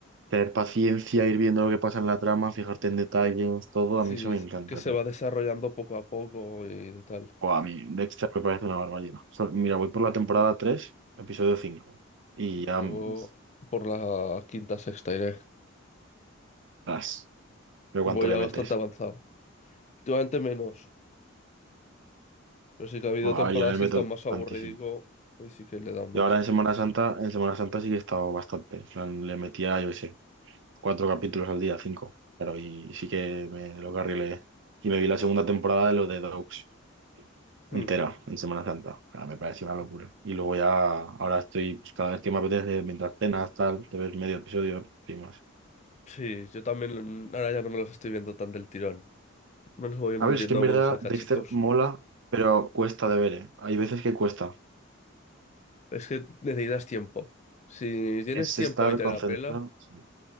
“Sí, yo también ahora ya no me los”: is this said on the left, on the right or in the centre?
Left